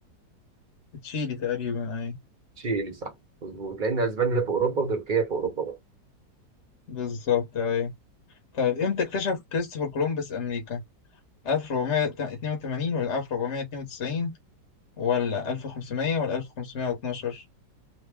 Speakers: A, on the left; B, on the right.
A: تشيلي تقريبا اي
B: تشيلي صح مظبوط لأن أسبانيا في أوروبا وتركيا في أوروبا بقى
A: بالظبط اي طيب امتى اكتشف كريستوفر كولومبوس امريكا 1482 ولا 1492 ولا 1500 ولا 1512